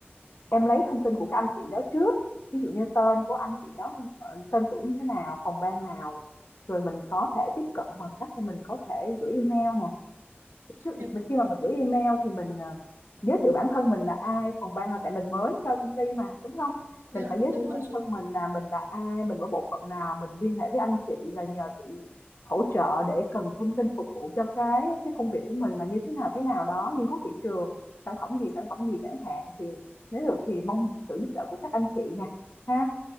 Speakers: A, on the left; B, on the right.
A: Em lấy thông tin
B: ừ,
A: của các anh chị đó trước, ví dụ như tên của anh chị đó, ờ, tên tuổi như thế nào, phòng ban nào, rồi mình có thể tiếp cận bằng cách là mình có thể gửi email nè, trước
B: dạ
A: mình khi mà mình gửi email thì mình ờ, giới thiệu bản thân mình là ai phòng ban là tại mình mới cho công ty mà đúng không
B: dạ
A: mình phải giới
B: đúng
A: thiệu bản
B: rồi chị
A: thân mình là mình là ai mình ở bộ phận nào mình liên hệ với anh chị là nhờ sự hỗ trợ để cần thông tin phục vụ cho cái cái công việc của mình là như thế nào thế nào đó nghiên cứu thị trường sản phẩm gì sản phẩm gì chẳng hạn thì nếu được thì mong sự giúp đỡ của các anh chị nè ha